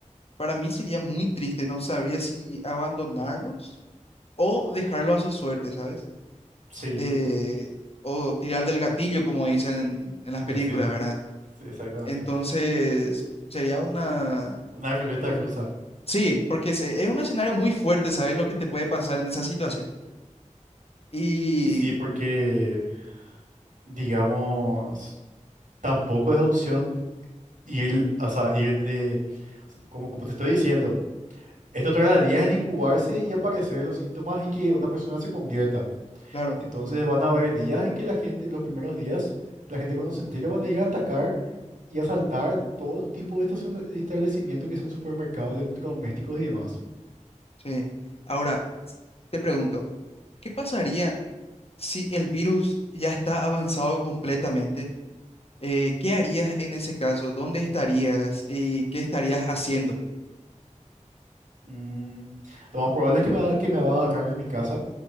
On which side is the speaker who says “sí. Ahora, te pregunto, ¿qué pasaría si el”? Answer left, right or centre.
Left